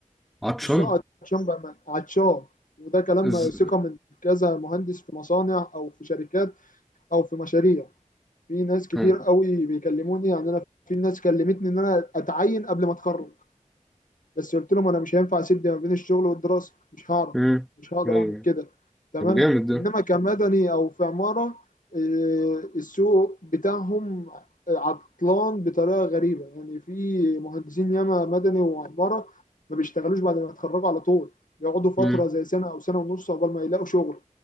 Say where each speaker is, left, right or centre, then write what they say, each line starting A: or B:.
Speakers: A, in the centre; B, on the left.
A: عطشان؟
B: السوق عطشان بقى عطشان وده كلام
A: از...
B: ثقه من كذا مهندس في مصانع او في شركات او في مشاريع في ناس كتير
A: اه.
B: قوي بيكلموني يعني انا في ناس كلمتني ان انا اتعين قبل ما اتخرج بس قلت لهم انا مش هينفع اسد ما بين الشغل والدراسه مش هعرف
A: امم
B: مش هقدر
A: ايوه
B: اعمل كده تمام
A: طب جامد ده
B: انما كمدني او في عماره آه، السوق بتاعهم عطلان بطريقه غريبه يعني في مهندسين ياما مدني وعماره ما بيشتغلوش بعد ما يتخرجوا على طول بيقعدوا فتره
A: امم
B: زي سنه او سنه ونص عقبال ما يلاقوا شغل